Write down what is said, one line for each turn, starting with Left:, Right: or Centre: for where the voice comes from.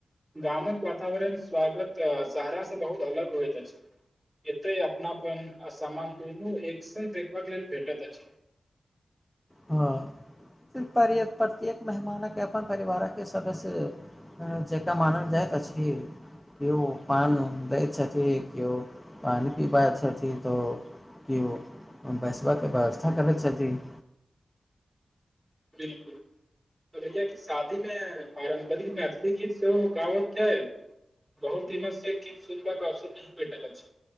Right: गामक वातावरण स्वागत शहराास से बहुत अलग होइत अछि एतै अपनापन सामान द एक सन देखभ लेल भेटत अ
Centre: हँ पर प्रत्येक मेहमान के अपन परिवार के सदस्य जका मानल जाइ त छ ह के पान दै छथि के पान पीब छथि त केओ बैसबाकके व्यवस्था करैत छथिन
Right: बिलकुल त भैा क शादी में पारम्परिक मैथिली गीत सेहो गावत क्य है बहुत दिनो से कि सुनरे अवसर नहि भेटल अछि